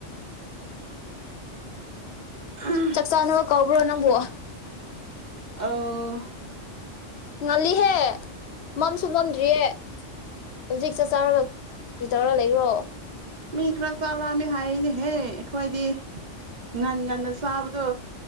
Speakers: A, on the right; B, on the left.
A: ꯑ
B: ꯆꯥꯛꯆꯥꯥꯅ ꯀꯧꯕꯕ꯭ꯔꯣ ꯅꯪꯝꯕ
A: ꯑꯣ
B: ꯉꯜꯂꯤꯍꯦ ꯃꯝꯁꯨ ꯃꯝꯗ꯭ꯔꯤꯌꯦ ꯍꯧꯖꯤꯛ ꯆꯥꯛ ꯆꯔꯕ ꯀꯔꯤ ꯇꯧꯔ ꯂꯩꯈ꯭ꯔꯣ
A: ꯃꯤ ꯈꯔ ꯆꯠꯂꯛꯑꯃꯤ ꯍꯥꯏꯅꯦꯍꯦ ꯑꯩꯈꯣꯏꯗꯤ ꯉꯟ ꯉꯟꯅ ꯆꯥꯕꯗꯣ